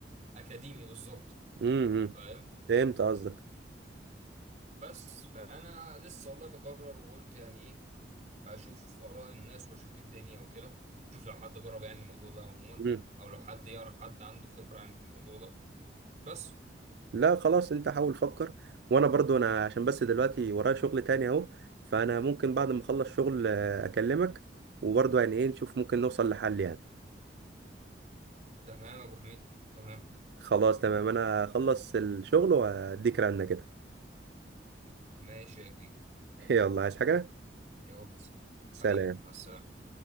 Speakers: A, on the right (about 40°); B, on the right (about 65°).
A: اكاديمي بالظبط
B: امم إمم.
A: فاهم
B: فهمت قصدك
A: بس فانا لسه والله بقرر وقلت يعني ايه اشوف اراء الناس واشوف الدنيا وكده شوف لو حد جرب يعني الموضوع ده عموما
B: امم
A: او لو حد يعرف حد عنده خبرة يعني في الموضوع ده بس
B: لا خلاص انت حاول فكر وانا برضو انا عشان بس دلوقتي ورايا شغل تاني اهو فانا ممكن بعد ما اخلص شغل آه، اكلمك وبرضو يعني ايه نشوف ممكن نوصل لحل يعني
A: تمام يا ابو حميد تمام
B: خلاص تمام انا اخلص الشغل واديك رنة كده
A: ماشي يا كبير
B: <laughs> يلا عايز حاجة
A: يلا
B: سلام
A: حبيبي مع السلامة